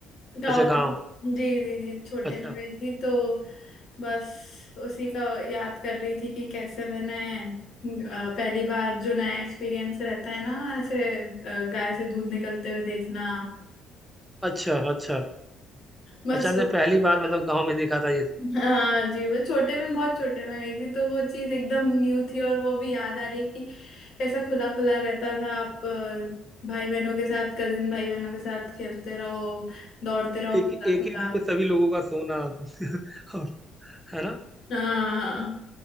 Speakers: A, on the left; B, in the centre.
A: गांव
B: अच्छा गाँव
A: जी जी जी छोटे
B: अच्छा
A: में गई थी तो बस उसी का याद कर रही थी कि कैसे मैंने अ, पहली बार जो नया एक्सपीरियंस रहता है ना ऐसे अ, गाय से दूध निकलते हुए देखना
B: अच्छा अच्छा
A: बस
B: अच्छा हमने
A: वो-
B: पहली बार मतलब गाँव में देखा था ये सब।
A: हाँ जी वो छोटे में बहुत छोटे में गई थी तो वो चीज एकदम न्यू थी और वो भी याद आ रही है कि कैसा खुला खुला रहता था आप अ, भाई बहनों के साथ कजिन भाई बहनों के साथ खेलते रहो दौड़ते रहो
B: एक
A: खुला
B: एक
A: खुला
B: ही रूम में सभी लोगों का सोना <laughs> और है ना
A: हाँ